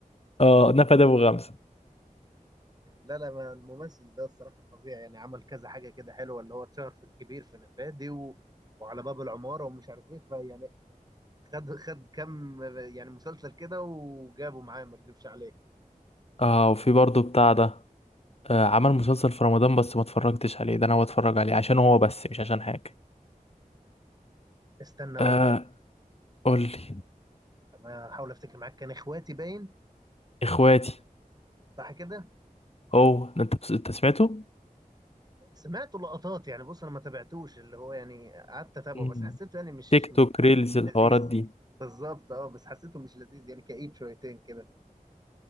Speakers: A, on the left; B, on the right.
A: اه نفادي ابو غمزة
B: لا لا ما الممثل ده الصراحه فظيع يعني عمل كذا حاجه كده حلوه اللي هو اتشهر في الكبير في نفادي و... وعلى باب العماره ومش عارف ايه فيعني خد خد كم يعني مسلسل كده وجابه معاه ما اكذبش عليك
A: اه وفي برضه بتاع ده آه عمل مسلسل في رمضان بس ما اتفرجتش عليه ده انا بتفرج عليه عشان هو بس مش عشان حاجة
B: استنى اقول
A: آه
B: لك
A: قول لي
B: انا احاول افتكر معاك كان اخواتي باين
A: اخواتي
B: صح كده
A: هو ده انت بس- انت سمعته
B: سمعت لقطات يعني بص انا ما تابعتوش اللي هو يعني قعدت اتابعه
A: مم.
B: بس حسيته يعني مش
A: تيك
B: مش
A: توك ريلز الحوارات
B: لذيذ
A: دي
B: بالظبط اه بس حسيته مش لذيذ يعني كئيب شويتين كده